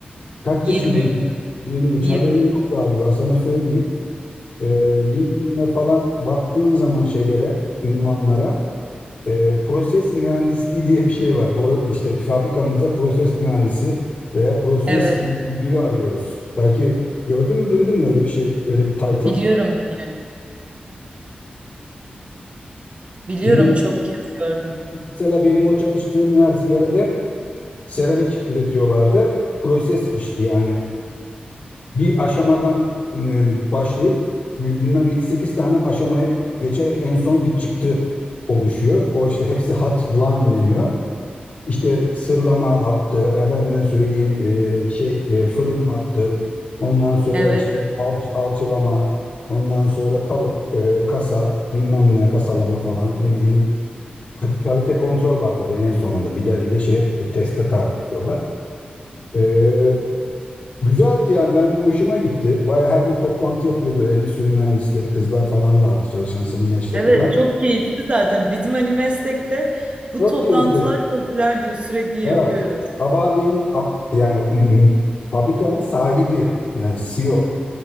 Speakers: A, on the left; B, on the right.
A: Kaç
B: 23,
A: yaşındaydın? 23.
B: 23.
A: Haberin yok galiba. Sana söyleyeyim. Ee, LinkedIn'e falan baktığın zaman şeylere, ünvanlara e, proses mühendisliği diye bir şey var. Pro, işte fabrikamızda proses mühendisi veya proses
B: Evet.
A: müdürü arıyoruz. Belki gördün mü, duydun mu öyle bir şey, öyle bir title?
B: Biliyorum, biliyorum. Biliyorum
A: Şimdi
B: çok kez gördüm.
A: Mesela benim o çalıştığım yer, yerde seramik üretiyorlardı. Proses işti yani. Bir aşamadan e, başlayıp bir- bilmem yedi sekiz tane aşamaya geçerek en son bir çıktı oluşuyor. O işte hepsi hat line deniyor. İşte sırlama hattı, efendime söyleyeyim e, şey e, fırın hattı, ondan sonra
B: Evet,
A: işte
B: evet.
A: al- alçılama, ondan sonra kalıp e, kasa bilmem ne kasalama falan ne bileyim Kalite kontrol var tabii en sonunda. Bir de bir de şeye teste tabi tutuyorlar. Ee, güzeldi yani ben hoşuma gitti. Bayağı her gün toplantı yapıyordu. Endüstri mühendisleri kızlar falan vardı çalışan senin yaşlarında.
B: Evet, çok keyifli zaten. Bizim hani meslekte bu
A: Çok
B: toplantılar
A: keyifli.
B: popülerdir. Sürekli yapıyoruz.
A: Ha, sabahleyin a- yani mm, fabrikanın sahibi yani CEO